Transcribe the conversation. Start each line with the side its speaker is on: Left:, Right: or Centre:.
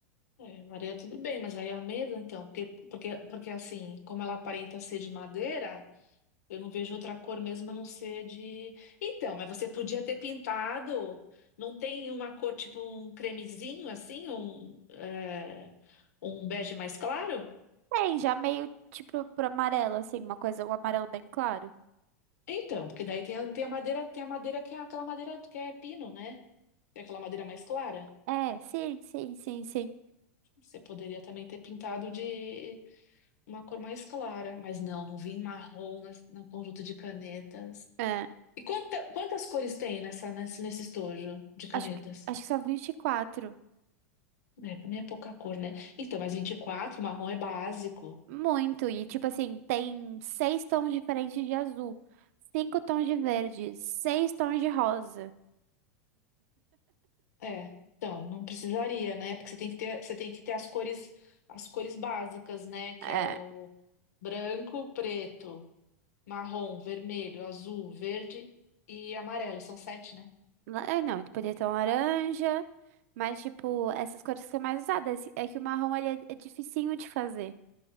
Left: É, a lareira é tudo bem, mas aí a mesa, então, porque, porque, porque assim, como ela aparenta ser de madeira. Eu não vejo outra cor mesmo a não ser de. Então, mas você podia ter pintado. Não tem uma cor tipo um cremezinho assim, um, é, um bege mais claro?
Right: Tem, já meio tipo pro amarelo, assim, uma coisa, um amarelo bem claro.
Left: Então, porque daí tem a, tem a madeira, tem a madeira que é aquela madeira que é pino, né? Tem aquela madeira mais clara.
Right: É, sim, sim, sim, sim.
Left: Você poderia também ter pintado de uma cor mais clara, mas não, não vi marrom nas, no conjunto de canetas.
Right: É,
Left: E quanta- quantas cores tem nessa, nesse, nesse estojo de canetas?
Right: acho que, acho que são vinte e quatro
Left: É, também é pouca cor, né? Então, mas 24 marrom é básico.
Right: Muito, e tipo assim, tem seis tons diferentes de azul, cinco tons de verde, seis tons de rosa.
Left: É. Então, não precisaria, né? Porque você tem que ter, você tem que ter as cores, as cores básicas, né? Que
Right: É,
Left: é o branco, preto, marrom, vermelho, azul, verde e amarelo. São sete, né?
Right: la- é, não, poderia ter um laranja, mas tipo, essas cores que são mais usadas. É que o marrom ele é, é dificinho de fazer.